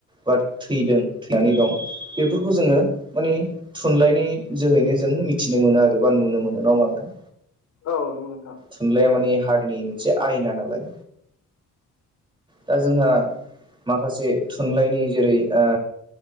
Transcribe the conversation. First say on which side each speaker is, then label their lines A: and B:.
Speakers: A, on the right (about 15°); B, on the left (about 75°).
A: बा थैदों थैनानै दं बेफोरखौ जोङो माने थुनलाइनि जोहैनो जों मिथिनो मोनो आर एबा नुनो मोनो नङा होनबा नोंथां?
B: औ नंगौ नोंथां
A: थुनलाइया माने हारिनि मोनसे आयना नालाय दा जोंहा माखासे थुनलाइनि जेरै ओ